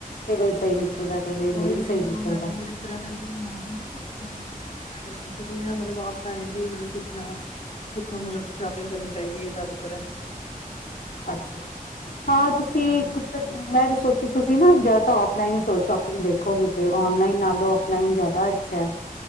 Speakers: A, on the left (about 90°); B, on the left (about 50°).
A: ਕਈ ਵਾਰੀ ਸਹੀ ਨਿਕਲਦਾ। ਕਈ ਵਾਰੀ ਨਹੀਂ
B: ਉਹੀ
A: ਵੀ
B: ਮੇਰੀ
A: ਸਹੀ ਨਿਕਲਦਾ
B: ਹੁਣ ਮੇਰੇ ਬ੍ਰਦਰ ਦੀ ਮੈਰਿਜ ਸੀ। ਚਲੋ ਪੁੱਛਦੇ ਹਾਂ, ਮਤਲਬ ਫਨ ਵੀ ਮਤਲਬ ਕਿਸ ਤਰ੍ਹਾਂ ਕਿੱਥੋਂ ਮਤਲਬ ਸ਼ਾਪਿੰਗ ਕਰਨੀ ਚਾਹੀਦੀ ਹੈ, ਜ਼ਿਆਦਾਤਰ
A: ਅੱਛਾ ਹਾਂ ਤੁਸੀਂ
B: ਹਾਂਜੀ
A: ਕੁ ਮੈਂ ਤਾਂ ਸੋ ਕਿ ਤੁਸੀਂ ਨਾ ਜਿਆਦਾ ਤਾਂ ਆਫਲਾਈਨ ਹੀ ਸ਼ੋਪਿੰਗ ਦੇਖੋਗੇ ਤੇ ਔਨਲਾਈਨ ਨਾਲੋਂ ਅਫਲਾਈਨ ਜ਼ਿਆਦਾ ਅੱਛਾ ਹੈ।